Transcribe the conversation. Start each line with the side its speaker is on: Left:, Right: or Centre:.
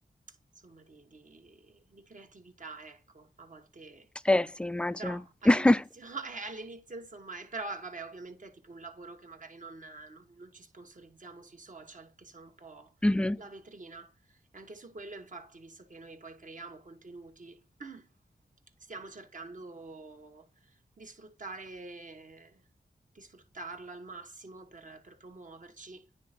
Right: insomma di di di creatività, ecco. A volte
Centre: Eh sì, immagino.
Right: però all'inizio,
Centre: <laughs>
Right: <laughs> eh, all'inizio insomma, eh, però eh, vabbè, ovviamente è tipo un lavoro che magari non, non- non ci sponsorizziamo sui social, che sono un po'
Centre: Mh-mh.
Right: la vetrina. E anche su quello, infatti, visto che noi poi creiamo contenuti, <clears throat> stiamo cercando di sfruttare, di sfruttarlo al massimo per, per promuoverci,